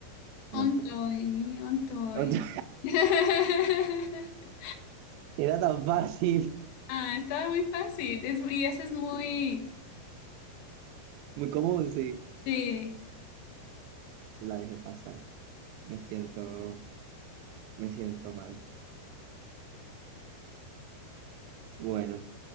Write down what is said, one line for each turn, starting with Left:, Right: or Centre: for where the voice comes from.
Right: no.
Left: Ontoy, ontoy.
Right: <laughs>
Left: <laughs>
Right: Era tan fácil.
Left: Ah, estaba muy fácil. Es, y eso es muy...
Right: Muy cómodo, sí.
Left: Sí,
Right: La dejé pasar. Me siento, me siento mal. Bueno,